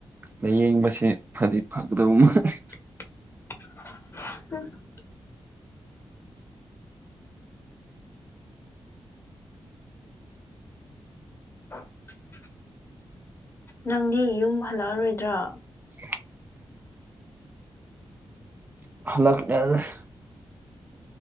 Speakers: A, on the right; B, on the left.
A: ꯂꯥꯏꯌꯦꯡꯕꯁꯦ ꯐꯗꯤ ꯐꯒꯗꯧ ꯃꯥꯜꯂꯦ
B: <unintelligible> <unintelligible> ꯅꯪꯗꯤ ꯌꯨꯝ ꯍꯜꯂꯛꯑꯔꯣꯏꯗ꯭ꯔꯣ
A: <unintelligible> <unintelligible>